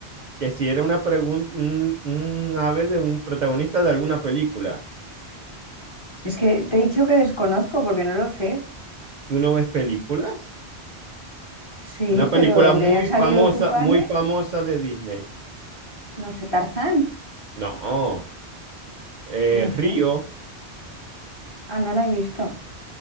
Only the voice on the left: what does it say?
Es que te he dicho que desconozco porque no lo sé.
Sí,
pero donde
hayan salido
tucanes,
no sé, Tarzán,
no sé.
Ah, no la he visto.